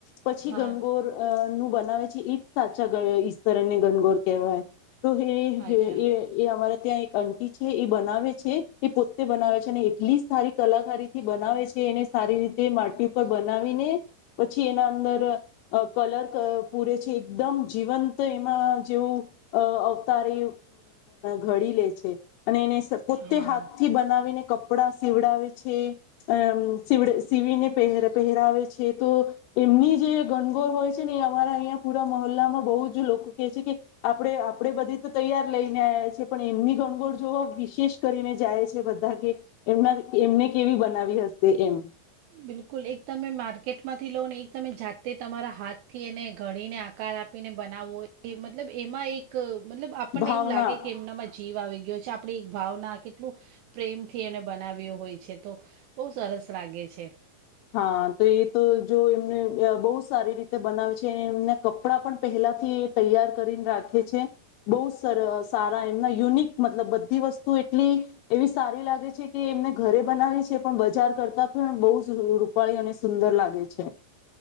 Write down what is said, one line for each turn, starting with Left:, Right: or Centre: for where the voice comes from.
Left: પછી
Right: હા
Left: ગનગોર નું બન બવે છે એ જ સાચા ઈશરને ગનગોર કહેવાય. તો એ
Right: અચ્છા
Left: એ અમારે ત્યાં એક આટી છે એ બનાવે છે એ પોતે બનાવે છે અને એટલી સારી કલાકારથી બનાવે છે એને સારી રીતે માટી ઉપર બ બનાવીને પછી એના અંદર અ કલર પૂરે છે એકદમ જીવંત એમાં જેવું અવતારે ઘડી લે છે અને એને પોતે
Right: હા
Left: હાથથી બનાવીને કપડાં સીવડાવે છે. અ સડ સીવીને પહે પહેરાવે છે તો એમની જે ગણગોર હોય છે ને અમારા અહીંયા પૂરા મહોલ્લામાં બહુ જ લોકો કેહે છે કે આપણે આપણે બધે તો તૈયાર લઈને આવ્યા છે પણ એમની ગણગોર જોવા વિશેષ કરીને જાય છે બધા કે એમના એમને કેવી બનાવી હશે એમ
Right: બિલકુલ એક તમે માર્કેટ માંથી લોન એક તમે જાત તે તમારા હાથ થી એને ઘડીને આકાર આપીને બનાવવો મતલબ એમાં એક મતલબ આપણને
Left: ભાવના
Right: એવું લાગે કે એમનામાં જીવ આવે ગ છે આપણી એક ભાવના કેટલું પ્રેમથી એને બનાવ્યો હોય છે તો બહુ સરસ લાગે છે.
Left: હા તો એ તો જો એમને બહુ સારી રીતે બનાવે છે અને એમના કપડાં પણ પહેલાથી તૈયાર કરીને રાખે છે. બહુ સર સારા એમના યુનિક મતલબ બધી વસ્તુ એટલી એવી સારી લાગે છે કે એમને ઘરે બનાવી છે પણ બજાર કરતા પણ બઉજ રૂપાળી અને સુંદર લાગે છે.